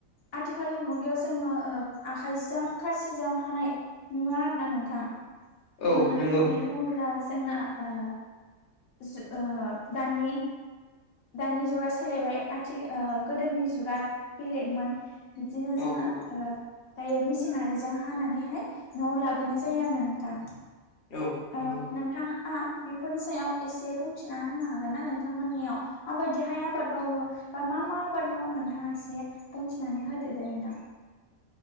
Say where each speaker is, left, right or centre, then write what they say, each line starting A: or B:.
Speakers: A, on the left; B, on the left.
A: आथिखालनि मुगायाव जोङो ओ आखाइजों खासिजों हानाय नुवा आरो ना नोंथां ।
B: औ
A: मानो
B: नंगौ
A: होननानै बुङोब्ला जोंना ओ जु ओ दानि दानि जुगा सोलायबाय आथि ओ गोदोनि जुगा बेलेगमोन। बिदिनो
B: औ
A: जोङो
B: औ
A: ओ दायो मेसिङारिजों हानानैहाय न'आव लाबोनाय जायो आरो ना नोंथां।
B: औ।
A: <unintelligible>
B: नंगौ
A: नोंथाङा ङा बेफोरनि सायाव एसे बुंथिना होनो हागोन ना, नोंथांमोननियाव माबायदिहाय आबाद मावावो? बा मा मा आबाद मावो नोंथाङा एसे बुंथिनानै होदो दे नोंथां।